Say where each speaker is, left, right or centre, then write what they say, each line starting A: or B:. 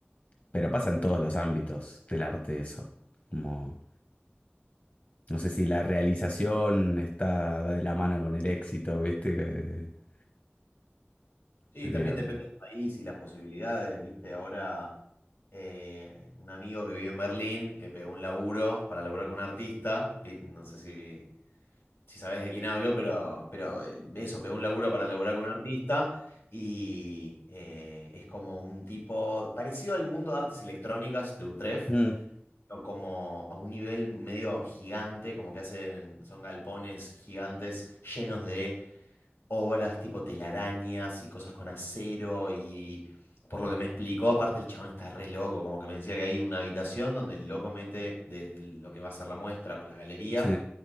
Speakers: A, on the left; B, on the left.
A: Pero pasa en todos los ámbitos del arte eso. Como, no sé si la realización está de la mano con el éxito, ¿viste? Que-
B: Sí,
A: Pero...
B: también depende del país y las posibilidades, ¿viste? Ahora eh, un amigo que vive en Berlín eh, pegó un laburo para laburar con un artista. vi- No sé si si sabes de quién hablo, pero, pero eh, eso, pegó un laburo para laburar con un artista y eh, es como un tipo parecido al mundo de artes electrónicas de un tref,
A: mm,
B: o como a un nivel medio gigante, como que hacen, son galpones gigantes llenos de obras tipo telarañas y cosas con acero y... Por lo que me explicó, aparte el chabón está re loco, como que me decía que hay una habitación donde el loco mete de, de lo que va a ser la muestra o la galería,
A: sí.